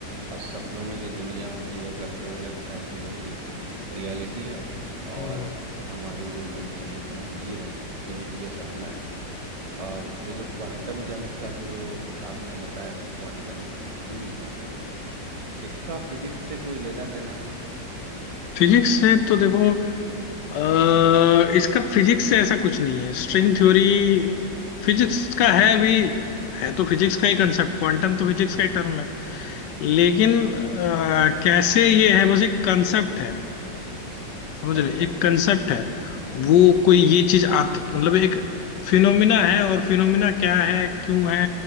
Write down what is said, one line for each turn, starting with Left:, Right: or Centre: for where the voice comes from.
Right: और सपनों में जो दुनिया होती है कभी कभी लगता है कि वही रियलिटी है और
Left: हम्म।
Right: हमारी जो दुनिया जिसमें हम जी रहे हैं ये ये सपना है और ये जो क्वांटम जंप का जो आपने बताया था क्वांटम थ्योरी का इसका फिजिक्स से कोई लेना देना है
Left: फिजिक्स से तो देखो अ, इसका फिजिक्स से ऐसा कुछ नहीं है स्ट्रिंग थ्योरी फिजिक्स का है भी
Right: हम्म हम्म
Left: है तो फिजिक्स का ही कंसेप्ट क्वांटम तो फिजिक्स का ही टर्म है लेकिन
Right: हम्म,
Left: अ,
Right: हम्म।
Left: कैसे ये है बस एक कंसेप्ट है समझ रहे
Right: अच्छा
Left: एक कंसेप्ट है वो कोई ये चीज आती मतलब एक फिनोमिना है और फिनोमिना क्या है क्यों है